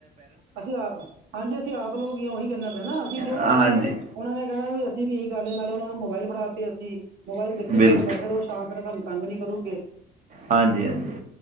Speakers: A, on the right; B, on the right.
A: ਅਸੀਂ ਆਪ ਹਾਂਜੀ ਅਸੀਂ ਆਪ ਲੋਗ ਆ, ਉਹੀ ਕਹਿਨਾ ਪਿਆ ਨਾ ਅਸੀਂ ਜੋ
B: ਹਾਂਜੀ
A: ਖਾਵਾਂਗੇ ਉਨਾਂ ਨੇ ਕਹਿਣਾ ਵੀ ਅਸੀਂ ਵੀ ਗੱਲ ਨਾਲੇ ਉਨਾਂ ਨੂੰ ਮੋਬਾਇਲ ਫੜਾ ਤੇ ਅਸੀਂ ਮੋਬਾਇਲ ਦੇਖੀ
B: ਬਿਲਕੁਲ
A: ਚਲੋ ਬੈਠੇ ਰਹੋ ਸ਼ਾਂਤ ਤ ਤੰਗ ਨੀ ਕਰੂਗੇ।
B: ਹਾਂਜੀ, ਹਾਂਜੀ।